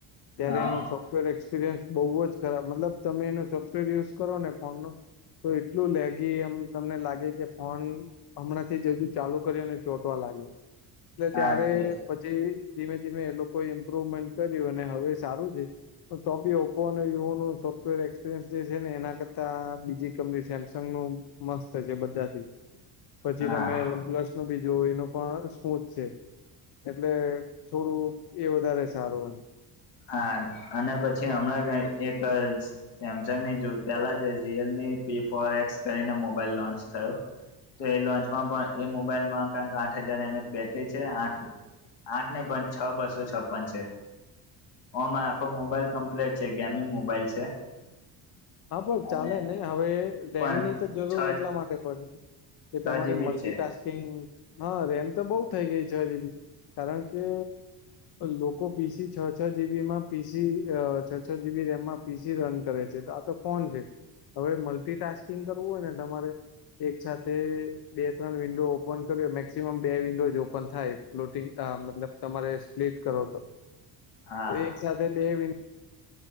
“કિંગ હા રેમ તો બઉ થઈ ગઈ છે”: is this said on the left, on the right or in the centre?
Left